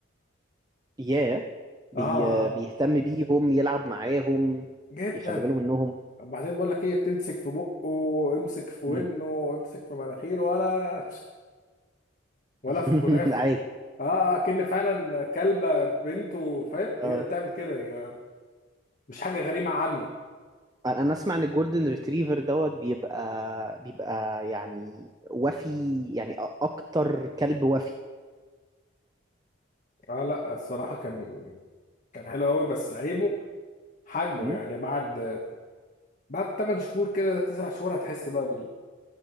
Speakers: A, on the right (about 20°); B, on the left (about 40°).
A: ياه بي
B: آه آه، آه،
A: بيهتم بيهم يلعب معاهم
B: جدا
A: يخلي باله منهم
B: وبعدين بقول لك إيه تمسك في بقه امسك في ودنه
A: امم
B: امسك في مناخيره ولا <sniffs> ولا
A: <laughs>
B: في الكنافة
A: عادي
B: آه آه، آه، كأن فعلا كلبة بنته فاهم
A: اه
B: هي اللي بتعمل كده يعني مش حاجة غريبة عنه
A: انا أنا اسمع ان الجولدن ريتريفر دوت بيبقى بيبقى يعني وفي يعني أ- اكتر كلب وفي
B: آه لا الصراحة كان كان حلو قوي بس عيبه حجمه
A: امم
B: يعني بعد بعد 8 شهور كده 9 شهور هتحس بقى بال...